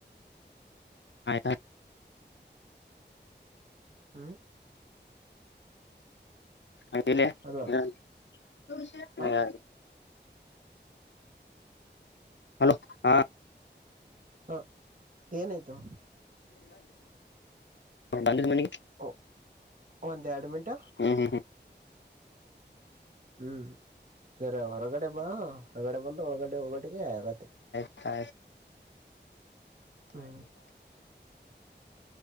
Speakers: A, on the left; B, on the right.
A: ಆಯ್ತಾ <inaudible>
B: ಹ್ಮ್ ಹಾ
A: ಎಲ್ಲಿ
B: ಹಲೋ
A: ಆದಿಲೆ
B: ಹಾ
A: ಹಲೋ ಹಾ
B: ಹಾ ಏನಾಯ್ತು
A: ಬಂದ ಮಣಿ
B: ಓ ಒಂದ ಎರಡು ಮಿಟ
A: ಹ್ಮ್ ಹ್ಮ್ ಹ್ಮ್
B: ಹ್ಮ್ ಬರ ಹೊರಗಡೆ ಬಾ ಹೊರಗಡೆ ಬಂದು ಹೊಳಗಡೆ ಹೊಗಡೆಗೆ ಆಗತ್ತೆ
A: ಸ
B: ಹ್ಮ